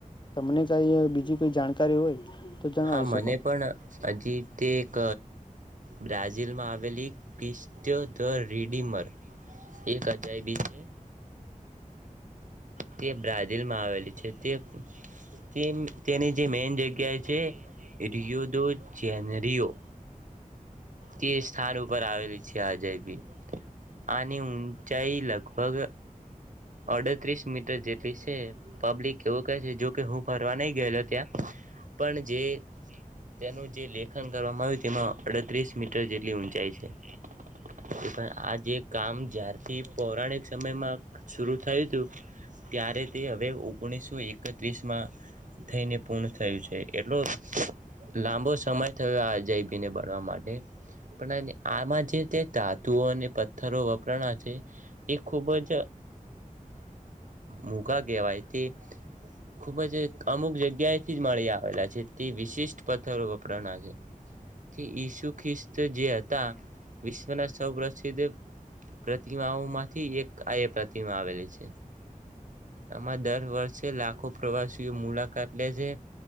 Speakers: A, on the left (about 35°); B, on the right (about 65°).
A: તમને કઈ બીજી કોઈ જાણકારી હોય. તો જણાવી
B: હા
A: શકો
B: મને પણ હજી તે એક બ્રાઝિલમાં આવેલી ક્રિસ્તયો ધ રિડિમર એક હજાર બી છે તે બ્રાઝિલ માં આવેલી છે તે તે તેની જે મેન જગ્યાએ જે રિયોયો દ ચનરિયો તે સ્થાન ઉપર આવેલી છે અજયબી આની ઊંચાઈ લગભગ અડત્રીસ મીટર જેટલી છે પબ્લિક એવો કહે છે જોકે હું ફરવા નહી ગયેલો ત્યાં પણ જે તેનું જે લેખન કરવામાં આવ્યું તેમાંડ ત્રીસ મીટર જેટલી ઊંચાઈ છે તો પણ આ જે કામ જ્યારથી પૌરાણિક સમયમાં શરૂ થયું હતું ત્યારે તે હવે ઓગણીસો એકત્રીસમાં થઈને પૂર્ણ થયું છે એટલો લાંબો સમય થયો આજયબીને બણવા માટે આમાં જે તે ધાતુઓ અને પથ્થરો વપરાના છે એ ખૂબ જ મોઘા કહેવાય તે ખૂબ જ અમુક જગ્યાએથી જ મળી આવેલા છે તે વિશિષ્ટ પથ્થરો વપરાના છે તે ઈ જે હતા વિશ્વના સૌ પ્ર્રસિદ્ધ પ્રતિમાઓ માંથી એક આ પ્રતિમા આવેલી છે આમાં દર વર્ષે લાખો પ્રવાસીઓ મુલાકાત લે છે